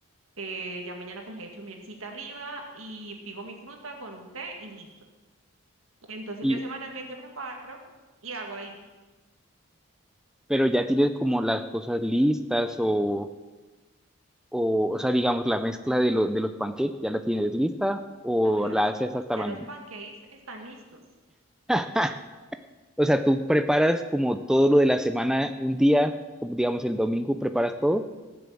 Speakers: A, on the right; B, in the centre.
A: Eh, ya mañana pues le echo mielcita arriba y pigo mi fruta con un té y listo. Entonces
B: Y,
A: yo semanalmente preparo y hago ahí.
B: pero ya tienes como las cosas listas o O, o sea, digamos, la mezcla de, lo- de los pancakes, ¿ya la tienes lista o
A: No, ya
B: la
A: los,
B: haces hasta
A: ya
B: mañana?
A: los pancakes están listos.
B: <laughs> O sea, tú preparas como todo lo de la semana un día, como digamos el domingo, preparas todo,